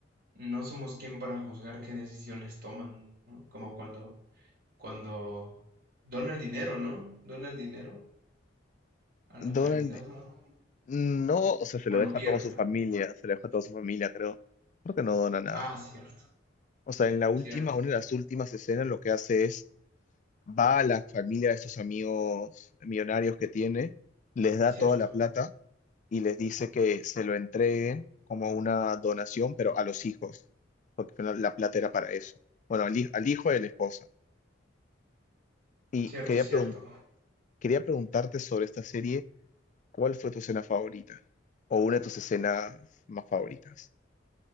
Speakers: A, on the right; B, on the left.
A: no somos quien para juzgar qué decisiones toman, ¿no? Como cuando, cuando dona el dinero, ¿no? Dona el dinero a la
B: Donald,
A: caridad o,
B: no, o sea, se
A: o
B: lo
A: lo
B: deja
A: pierde.
B: a toda su familia, se lo deja a toda su familia, creo. Creo que no dona nada.
A: Ah, cierto,
B: O sea, en la última,
A: cierto,
B: una de las últimas escenas, lo que hace es va a la familia de estos amigos millonarios que tiene, les da
A: cierto,
B: toda la plata y les dice que se lo entreguen como una donación, pero a los hijos, porque la la plata era para eso. Bueno, al, hij- al hijo de la esposa. Y
A: cierto,
B: quería,
A: cierto.
B: pregun- quería preguntarte sobre esta serie, ¿cuál fue tu escena favorita? O una de tus escenas más favoritas.